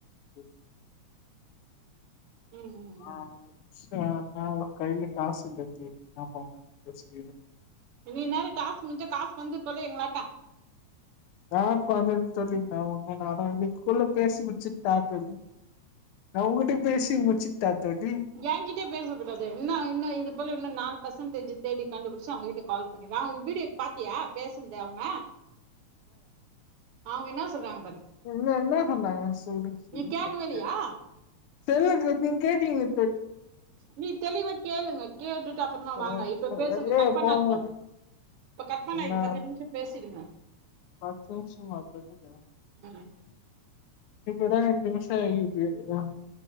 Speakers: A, on the left (about 75°); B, on the right (about 70°).
A: <unintelligible>
B: ம் ம்
A: ஆ ஆ
B: ம்
A: ஆ அவ கைல காசில்ல தோழி <unintelligible>
B: இன்னைக்கி நேரோ டாஸ்க் முடிஞ்சா காசு வந்து தொலையு எங்களாட்ட
A: நான் பண்ணேன் சொல்லிட்டே நா ஒண்ணும் நானா அதுக்குள்ள பேசி முடிச்சுட்டா தோழி நான் உங்கிட்டயு பேசி முடிச்சுட்டா தோழி
B: ஏங்கிட்டேயே பேசக் கூடாது இன்னு இன்னும் இது போல இன்னு நாலு பர்சன்டேஜ் தேடி கண்டுபிடிச்சு அவுங்க கிட்ட கால் பண்ணி நா ஒரு வீடியோ பாத்தியா பேசுனத அவுங்க அவுங்க என்னா சொல்றாங்க பாரு
A: என்னா என்ன சொன்னாங்க சொல்லு தெர்
B: நீ கேக்கவே இல்லையா
A: தெர்லங்க நீங் கேட்டீங்ளே
B: நீ தெளிவா கேளுங்க கேட்டுட்டு அப்றமா
A: வெளிய
B: வாங்க இப்ப பேசுங்க கட் பண்ணாதீங்க
A: போங்க
B: இப்ப கட் பண்ணாதீங்க
A: என்ன
B: பத்து நிமிஷம் பேசிடுங்க
A: பத்து நிமிஷமா <unintelligible>
B: ம்
A: இப்பதா ரெண்டு நிமிஷோ ஆயிருக்கு ஏ